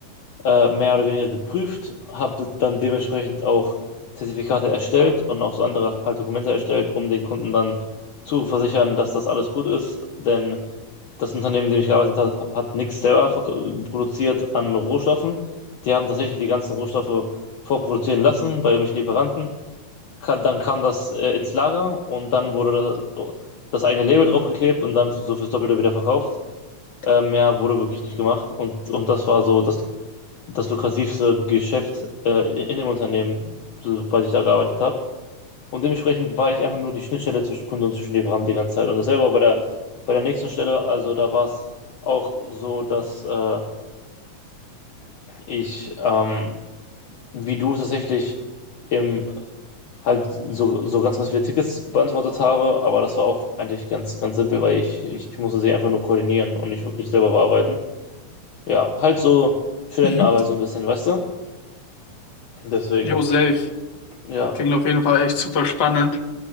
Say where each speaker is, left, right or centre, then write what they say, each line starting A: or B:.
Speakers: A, on the left (about 65°); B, on the left (about 50°).
A: äh, mehr oder weniger geprüft, habe dann dementsprechend auch Zertifikate erstellt und auch so andere halt Dokumente erstellt, um den Kunden dann zu versichern, dass das alles gut ist. Denn das Unternehmen, in dem ich gearbeitet habe, hat nichts selber verk- produziert an Rohstoffen. Die haben tatsächlich die ganzen Rohstoffe vorproduzieren lassen bei irgendwelchen Lieferanten. Ka- Dann kam das äh, ins Lager und dann wurde das, das eigene Label draufgeklebt und dann so fürs Doppelte wieder verkauft. Äh, mehr wurde wirklich nicht gemacht und, und das war so das, das lukrativste Geschäft äh, in dem Unternehmen, soweit ich da gearbeitet habe. Und dementsprechend war ich einfach nur die Schnittstelle zwischen Kunde und zwischen Lieferant die ganze Zeit. Und dasselbe auch bei der, bei der nächsten Stelle, also da war es auch so, dass äh, ich, ähm, wie du tatsächlich im halt so, so ganz, ganz viele Tickets beantwortet habe, aber das war auch eigentlich ganz, ganz simpel, weil ich, ich, ich musste sie einfach nur koordinieren und nicht wirklich selber bearbeiten. Ja, halt so Studentenarbeit
B: Mhm.
A: so ein bisschen, weißt du? Deswegen,
B: Yo, safe.
A: ja,
B: Klingt auf jeden Fall echt super spannend.